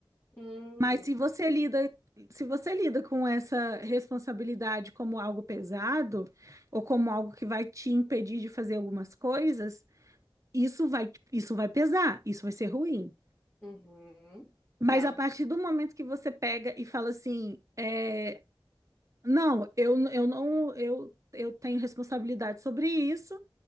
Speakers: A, on the left; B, on the right.
A: Hum.
B: Mas se você lida, se você lida com essa responsabilidade como algo pesado, ou como algo que vai te impedir de fazer algumas coisas. Isso vai, isso vai pesar, isso vai ser ruim.
A: Uhum.
B: Mas
A: Tá.
B: a partir do momento que você pega e fala assim, é, não, eu, eu não, eu, eu tenho responsabilidade sobre isso,